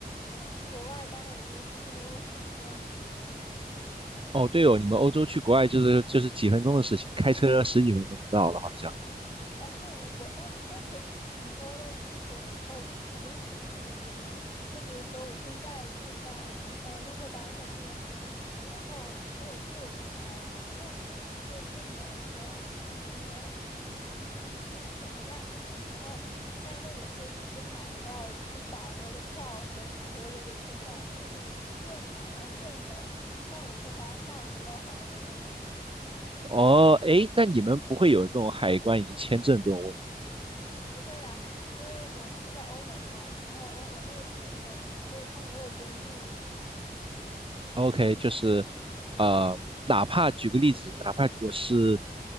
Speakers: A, on the left; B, on the right.
A: 嗯，去国外大概也就是分分钟的事情嘛。
B: 哦，对哦，你们欧洲去国外就是就是几分钟的事情，开车十几分钟就到了，好像。
A: 啊不不不，但但是怎么说呢？你就是哦，我给你举个例子你就懂了。就比如说，我现在住在呃鹿特丹的市中心，然后从我住的地方步行去最近的那个那个那个应该叫什么中心火车站，然后在那里可以直接买到去法国的票和去德国的车票，就是你现买然后现走，我上午出发，下午就到法国那种。
B: 哦，诶，那你们不会有这种海关以及签证这种问题？
A: 不会啊，因为我们是在欧盟嘛，然后欧盟内部流动，所以它没有边境审查。
B: OK，就是呃，哪怕举个例子，哪怕我是